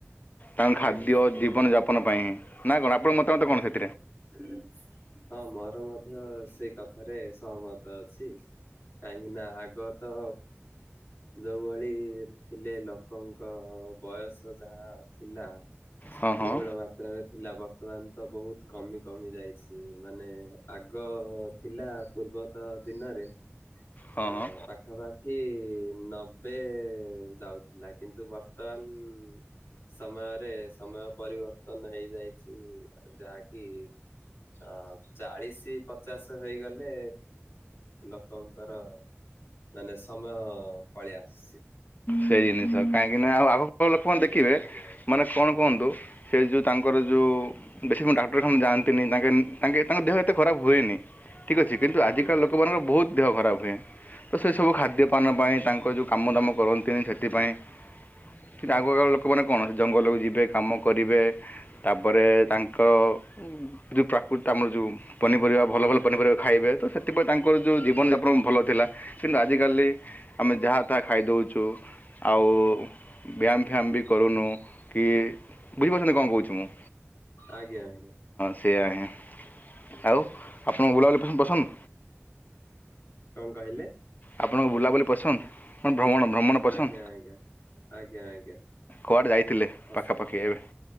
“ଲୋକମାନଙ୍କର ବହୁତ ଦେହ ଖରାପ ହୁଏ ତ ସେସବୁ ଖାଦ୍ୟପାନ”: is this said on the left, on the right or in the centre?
Left